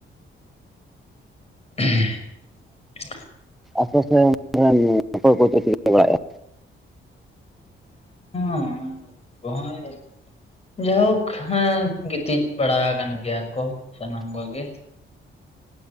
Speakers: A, on the left; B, in the centre.
A: ᱦᱮᱸ <unintelligible>
B: ᱟᱥᱮ ᱯᱟᱥᱮ ᱚᱠᱚᱭ ᱠᱚ ᱪᱮᱫ ᱠᱚ ᱪᱤᱠᱟᱹ ᱵᱟᱲᱟᱭᱼᱟ
A: ᱚ ᱵᱭ <unintelligible> ᱡᱟᱭᱦᱳᱠ ᱦᱮᱸ ᱜᱤᱛᱤᱡ ᱵᱟᱲᱟ ᱟᱠᱟᱱ ᱜᱮᱭᱟ ᱠᱚ ᱥᱟᱱᱟᱢ ᱠᱚᱜᱮ